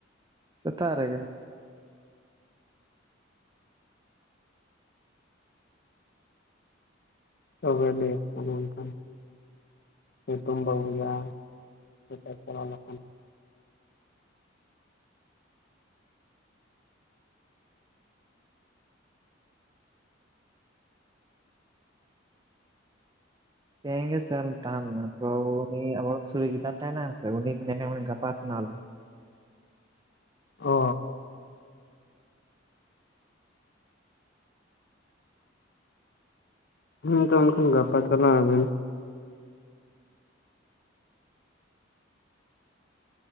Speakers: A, on the right; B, on the left.
A: ᱥᱮᱛᱟᱜ ᱨᱮᱜᱮ
B: ᱛᱚᱵᱮ ᱡᱮ ᱚᱱᱠᱷᱟᱱ <inaudible> ᱧᱩᱛᱩᱢ ᱵᱟ ᱵᱩᱡᱟ ᱡᱚᱛ ᱪᱟᱞᱟᱣ ᱞᱮᱠᱷᱟᱱ
A: ᱛᱮᱦᱮᱧ ᱜᱮ ᱥᱮᱱ ᱛᱟᱦᱮᱱ ᱢᱮ ᱛᱚ ᱩᱱᱤ ᱟᱵᱚ ᱚᱲᱟᱝ ᱥᱩᱨ ᱨᱮ ᱜᱤᱫᱟᱹᱨ ᱴᱟ ᱢᱮᱱᱟᱭᱟ ᱥᱮ ᱩᱱᱤ ᱜᱟᱯᱟ ᱥᱮᱱᱚᱜ ᱟᱭ ᱦᱮᱞᱳ
B: ᱚ ᱦᱸ ᱛᱚ ᱮᱠᱷᱟᱱ ᱜᱟᱯᱟ ᱪᱟᱞᱟᱣ ᱟᱵᱮᱱ